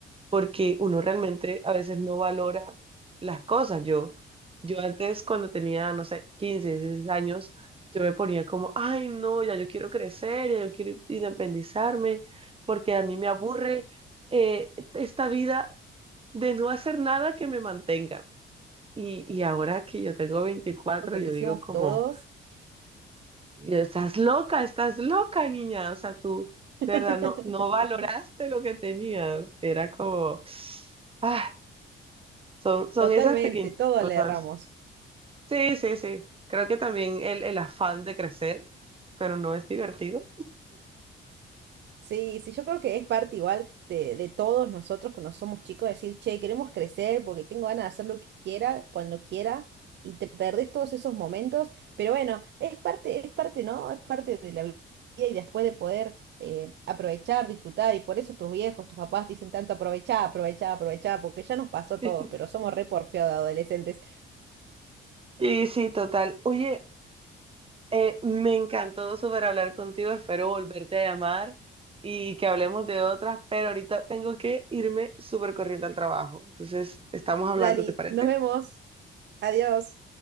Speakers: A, on the right; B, on the right.
A: porque uno realmente a veces no valora las cosas. Yo, yo antes cuando tenía, no sé, 15 16 años, yo me ponía como, ay, no, ya yo quiero crecer, ya yo quiero independizarme, porque a mí me aburre eh, esta vida de no hacer nada que me mantenga. Y, y ahora que yo tengo 24
B: Creo que
A: yo
B: lo hicimos
A: digo como...
B: todos.
A: Y yo, estás loca, estás loca, niña. O sea, tú,
B: <laughs>
A: de verdad, no, no valoraste lo que tenías. Era como, ah, son, son
B: Totalmente,
A: esas pequeñas
B: todos
A: cosas.
B: le erramos.
A: Sí, sí, sí. Creo que también el, el afán de crecer, pero no es divertido.
B: Sí, sí, yo creo que es parte igual de, de todos nosotros cuando somos chicos, decir, che, queremos crecer porque tengo ganas de hacer lo que quiera, cuando quiera, y te perdés todos esos momentos, pero bueno, es parte, es parte, ¿no? Es parte de la vida y después de poder eh, aprovechar, disfrutar, y por eso tus viejos, tus papás dicen tanto, aprovechá, aprovechá, aprovechá, porque ya nos pasó a
A: <laughs>
B: todos, pero somos re porfiados de adolescentes.
A: Y sí, total. Oye, eh, me encantó súper hablar contigo. Espero volverte a llamar y que hablemos de otras, pero ahorita tengo que irme súper corriendo al trabajo. Entonces, estamos hablando,
B: Dali,
A: ¿te parece?
B: nos vemos, adiós.